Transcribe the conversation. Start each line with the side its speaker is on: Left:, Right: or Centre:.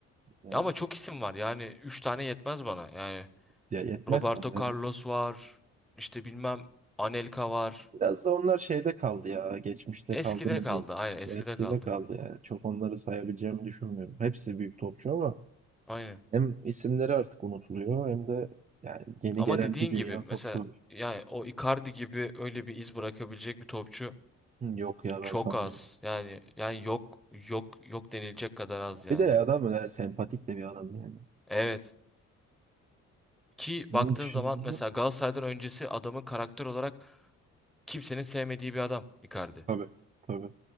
Right: Yani
Centre: Ya ama çok isim var yani 3 tane yetmez bana. Yani
Right: ya yetmez
Centre: Roberto
Right: tabii.
Centre: Carlos var. İşte bilmem Anelka var.
Right: Biraz da onlar şeyde kaldı ya. Geçmişte
Centre: Eskide
Right: kaldı mı
Centre: kaldı.
Right: diyeyim.
Centre: Aynen eskide
Right: Eskide
Centre: kaldı.
Right: kaldı yani. Çok onları sayabileceğimi düşünmüyorum. Hepsi büyük topçu ama
Centre: Aynen.
Right: hem isimleri artık unutuluyor hem de yani yeni
Centre: Ama
Right: gelen
Centre: dediğin
Right: bir dünya
Centre: gibi
Right: topçu
Centre: mesela
Right: var.
Centre: yani o Icardi gibi öyle bir iz bırakabilecek bir topçu
Right: Hı, Yok ya
Centre: çok
Right: ben sanmıyorum.
Centre: az. Yani yani yok yok yok denilecek kadar az yani.
Right: Bir de adam öyle sempatik de bir adam yani.
Centre: Evet. Ki
Right: Onun
Centre: baktığın
Right: dışında
Centre: zaman mesela Galatasaray'dan öncesi adamın karakter olarak kimsenin sevmediği bir adam Icardi.
Right: tabii tabii.